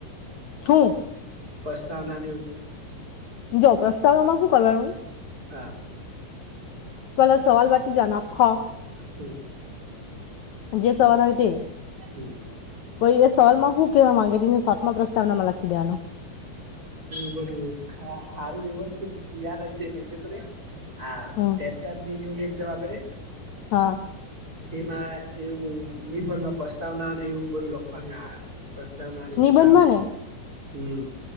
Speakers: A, on the left; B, on the right.
A: છું.
B: પ્રસ્તાવના ન એવું
A: જો પ્રસ્તાવના અમાં શું કરવાનું
B: હા.
A: પેલો સવાલ વાંચી જવાન આખા
B: હમ.
A: જે સવાલ હોય તે
B: હમ.
A: પછી એ સવાલમાં હું કેવા માંગે તેને શોટમાં પ્રસ્તાવનામાં લખી દેવાનો
B: એ બધું સારું વ્યવસ્થિત યાદ રાખજે કેમ કે છે. ને આ
A: હમ
B: ટેટની એક્ઝામ આપે
A: હા.
B: તેમાં એવું નિબંધ પ્રસ્તાવના અને એવું બધું લખવાનું આવ પ્રસ્તાવના અને ઉપત્સાહ
A: નિબંધમાં
B: એવું
A: ને
B: હમ